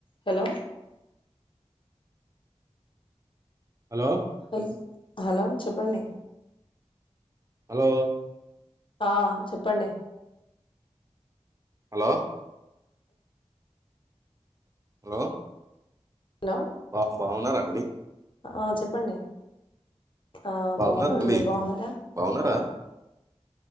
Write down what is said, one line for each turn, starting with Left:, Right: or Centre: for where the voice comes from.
Left: Hello
Right: hello
Left: హ hello చెప్పండి
Right: hello
Left: ఆ చెప్పండి
Right: హలో హలో
Left: హలో
Right: బా బాగున్నడి
Left: ఆ చెప్పండి ఆ
Right: బాగున్నారా
Left: బాగున్నామండి
Right: అండి
Left: మీరు బాగున్నారా
Right: బాగున్నారా